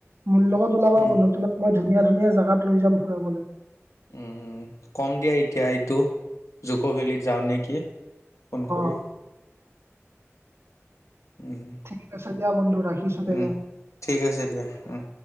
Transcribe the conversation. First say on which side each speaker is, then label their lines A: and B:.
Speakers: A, on the right (about 60°); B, on the left (about 80°).
A: মোৰ লগত ওলাবা
B: উম,
A: বন্ধু তোমাক মই ধুনীয়া ধুনীয়া জেগাত লৈ যাম ফুৰাবলে।
B: উম, কম দিয়া এইটো জুক' ভেলীত যাওঁ নেকি। ফোন কৰি।
A: অ
B: উম,
A: ঠিক আছে দিয়া বন্ধু ৰাখিছো
B: উম,
A: তেনে।
B: ঠিক আছে দিয়া, উম।